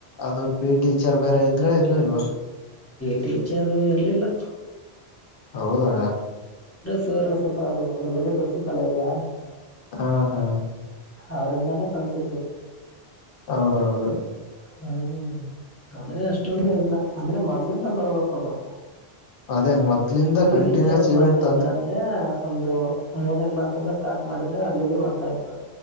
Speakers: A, on the left; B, on the left.
A: ಅದು ಪಿ ಟೀಚರ್ ಬೇರೆ ಇದ್ರ ಇರ್ಲಿಲ್ವಾ
B: ಟೀಚರ್ ಇರ್ಲಿಲ್ಲ
A: ಹೌದಾ
B: ಸೇರ್ ಸ್ವಲ್ಪ ಅವರು ಅದ್ರ ಬಗ್ಗೆ ಗೊತ್ತಿತಲಾ ಐಡಿಯಾ
A: ಹಾ ಹಾ
B: ಅವ್ರಂದಾನೇ ಕಲ್ತಿದ್ವಿ
A: ಹೌದೌದು
B: ಹ್ಮ್ ಆದ್ರೆ ಅಷ್ಟೊಂದ ಇಲ್ಲ ಅಂದ್ರೆ ಮೊದ್ಲಿಂದ ಬರ್ಬೇಕ ಅದು
A: ಅದೇ ಮೊದ್ಲಿಂದ
B: ಪಿಟಿ
A: ಕಂಟಿನ್ಯೂಸ್
B: ಟಿಚರ್
A: ಇವೆಂಟ್
B: ಮೊದ್ಲು ಇದ್ರ ಅಂದ್ರೆ ಒಂದು ಮೂರನೇ ಕ್ಲಾಸ್ಲ್ಲ ಸ್ಟಾರ್ಟ್ ಮಾಡಿದ್ರೆ ಅಲ್ಲಿಗೆ ಬರ್ತಾ ಇತ್ತು